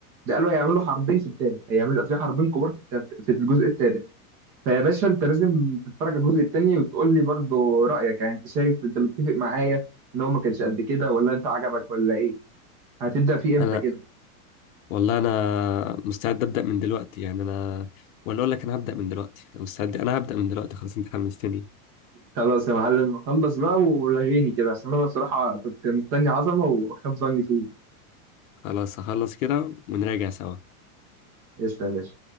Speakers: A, on the right; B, on the left.
A: ده قالوا هيعملوا حربين في الثالث هيعملوا في حربين كبار في التالت في الجزء الثالث فيا باشا انت لازم تتفرج على الجزء التاني وتقول لي برضه رأيك يعني انت شايف انت متفق معايا ان هو ما كانش قد كده ولا انت عجبك ولا ايه هتبدأ فيه امتى
B: أنا
A: كده
B: والله أنا مستعد أبدأ من دلوقتي يعني أنا ولا أقول لك أنا هبدأ من دلوقتي أنا مستعد أنا هبدأ من دلوقتي خلاص أنت حمستني
A: خلاص يا معلم خلص بقى ولغيني كده عشان انا بصراحة كنت مستني عظمة وخاب ظني فيه
B: خلاص هخلص كده ونراجع سوا
A: قشطة يا باشا